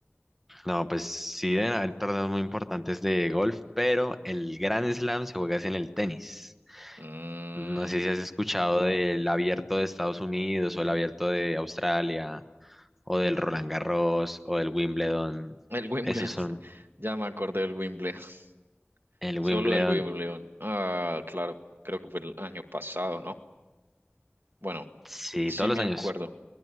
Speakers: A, in the centre; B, on the right.
A: No, pues sí deben haber torneos muy importantes de golf, pero el Grand Slam se juega es en el tenis.
B: Mm,
A: No sé si has escuchado del abierto de Estados Unidos o el abierto de Australia o
B: mm,
A: del Roland Garros o del Wimbledon.
B: el Wimbledon.
A: Esos
B: <laughs>
A: son
B: Ya me acordé del Wimbledon. <laughs>
A: el
B: Solo
A: Wimbledon,
B: el Wimbledon. Ah, claro, creo que fue el año pasado, ¿no? Bueno,
A: sí,
B: sí
A: todos
B: me
A: los años,
B: acuerdo.